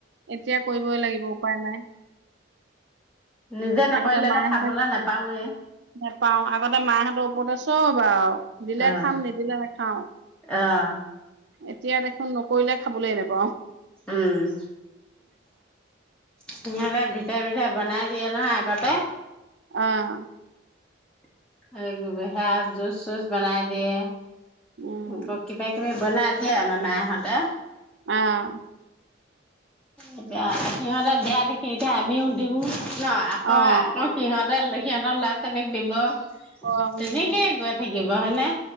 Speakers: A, on the right; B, in the centre.
A: এতিয়া কৰিবই লাগিব উপায় নাই
B: নিজে নকৰিলেতো
A: আগতে মাহঁতে
B: খাবলৈ নাপাওৱে।
A: নাপাওঁ আগতে মাহঁতৰ ওপৰতে চ চব আৰু দিলে
B: অ',
A: খাম নিদিলে নাখাওঁ।
B: অ',
A: এতিয়া দেখোন নকৰিলে খাবলৈয়ে নেপাওঁ
B: উম সিহঁতে বিধে বিধে বনাই- দিয়ে নহয় আগতে,
A: অহ
B: <unintelligible> হ গ হেয়া জুচ চুচ বনাই দিয়ে
A: উম,
B: আকৌ কিবা কিবি বনাই দিয়ে আমাৰ মায়হঁতে
A: অহ
B: এতিয়া সিহঁতে দিয়া দেখি এতিয়া আমিও দিওঁ নহ আকৌ
A: অ',
B: আকৌ সিহতে দেখি সিহঁতৰ লৰা ছোৱালীক দিব
A: অ',
B: তেনেকে
A: উম,
B: গৈ থাকি- -লাগিব হয় নে